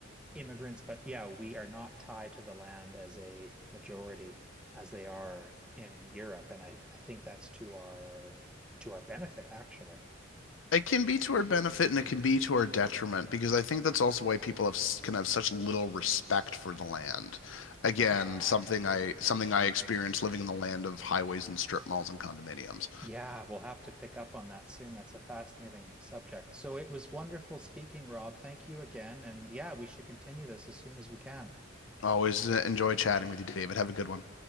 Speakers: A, in the centre; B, on the left.
A: immigrants, but yeah, we are not tied to the land as a majority as they are in Europe, and I I think that's to our to our benefit actually.
B: It can be to our benefit and it can be to our detriment because I think that's also why people have s- can have such little respect for the land. Again,
A: Uh,
B: something I something I experienced living in the land of highways and strip malls and condominiums.
A: yeah, we'll have to pick up on that soon. That's a fascinating subject. So it was wonderful speaking, Rob. Thank you again, and yeah, we should continue this as soon as we can.
B: Always uh, enjoy chatting with you, David. Have a good one.